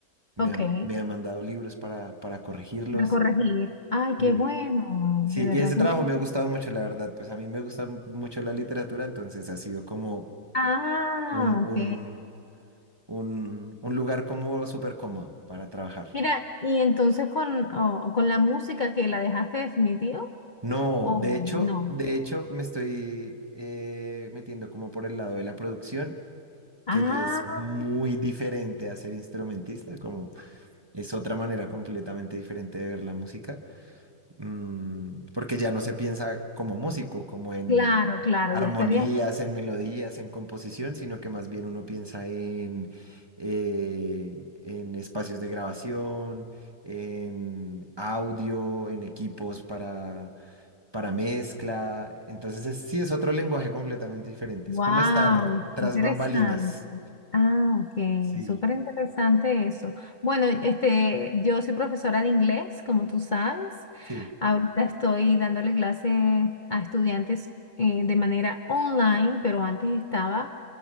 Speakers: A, on the right; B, on the left.
A: me
B: Ok.
A: ha, me ha mandado libros para, para corregirlos.
B: A corregir. Ay,
A: sí
B: qué bueno.
A: sí,
B: De verdad
A: y ese trabajo
B: que no.
A: me ha gustado mucho, la verdad. Pues a mí me gusta m- mucho la literatura, entonces ha sido como
B: Ah,
A: un,
B: ok.
A: un, un, un lugar como súper cómodo para trabajar.
B: Mira, y entonces con, oh, con la música que la dejaste definitiva.
A: No,
B: o
A: de hecho,
B: no.
A: de hecho me estoy eh, metiendo como por el lado de la producción,
B: Ah,
A: que ya es muy diferente a ser instrumentista, como es otra manera completamente diferente de ver la música. Mm, porque ya no se piensa como músico, como en
B: claro, claro,
A: armonías,
B: ya estaría.
A: en melodías, en composición, sino que más bien uno piensa en, eh, en espacios de grabación, en audio, en equipos para, para mezcla. Entonces es- sí es otro lenguaje completamente diferente.
B: Wow,
A: Es como estar tras
B: interesante.
A: bambalinas.
B: Ah, ok,
A: Sí,
B: súper interesante eso. Bueno, este, yo soy profesora de inglés, como tú sabes.
A: sí,
B: Ahorita estoy dándole clases a estudiantes eh, de manera online, pero antes estaba